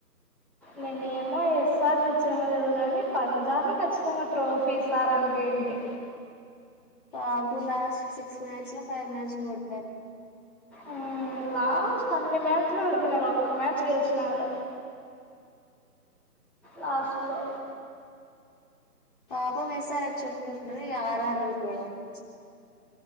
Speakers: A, in the centre; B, on the left.
A: నేనేమో ఎస్ ఆర్ ఎచ్ ఏమో తెలీదు కానీ పంజాబే ఖచ్చితంగా ట్రో పీసారంటేంటి
B: పాప్ము లాస్ట్ సిక్స్ మ్యాచ్ లో ఫైవ్ మ్యాచ్ లో ఓడిపోయరు
A: ఊ లాస్ట్ అన్ని మ్యాచ్లు ఆడిపోయినారు ఒక్క మ్యాచ్ గెలిచినారు లాస్ట్ లో
B: పాపం ఎస్ ఆర్ ఎచ్ ఓడిపోయిండ్రి ఆరు ఆరు కే ఓడిచ్